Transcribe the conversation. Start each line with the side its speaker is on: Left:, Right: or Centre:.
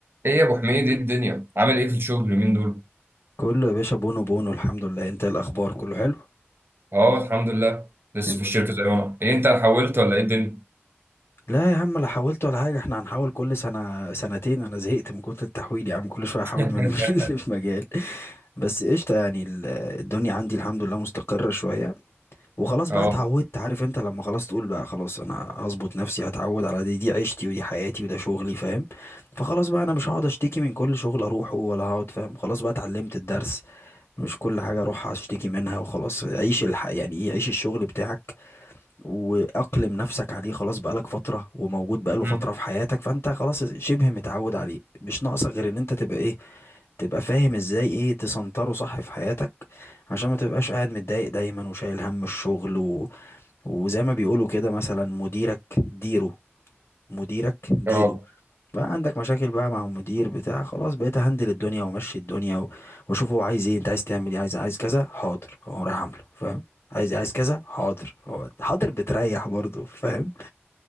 Right: ايه يا ابو حميد ايه الدنيا عامل ايه في الشغل اليومين دول
Left: كله يا باشا بونو بونو الحمد لله انت ايه الاخبار كله حلو
Right: اه الحمد لله لسه
Left: إم-
Right: في الشركه زي ما انا ايه انت حولت ولا ايه الدنيا
Left: لا يا عم لا حاولت ولا حاجه احنا هنحاول كل سنه سنتين انا زهقت من كتر التحويل يا عم كل شويه احاول
Right: <laughs>
Left: من <laughs> مجال لمجال بس قشطه يعني ال- الدنيا عندي الحمد لله مستقره شويه وخلاص بقى
Right: اه
Left: اتعودت عارف انت لما خلاص تقول بقى خلاص انا هظبط نفسي هتعود على دي دي عيشتي ودي حياتي وده شغلي فاهم فخلاص بقى انا مش هقعد اشتكي من كل شغل اروحه ولا هقعد فاهم خلاص بقى اتعلمت الدرس مش كل حاجة اروح اشتكي منها وخلاص عيش الح... يعني ايه عيش الشغل بتاعك واقلم نفسك عليه خلاص بقالك فترة وموجود بقاله
Right: مم.
Left: فترة في حياتك فانت خلاص شبه متعود عليه مش ناقصك غير ان انت تبقى ايه تبقى فاهم ازاي ايه تسنتره صح في حياتك عشان ما تبقاش قاعد متضايق دايما وشايل هم الشغل وزي ما بيقولوا كده مثلا مديرك ديره مديرك ديره
Right: اه
Left: بقى عندك مشاكل بقى مع المدير بتاع خلاص بقيت هندل الدنيا وامشي الدنيا و- واشوف هو عايز ايه انت عايز تعمل ايه عايز عايز كذا حاضر هو رايح عامله فاهم عايز عايز كذا حاضر هو حاضر بتريح برضه فاهم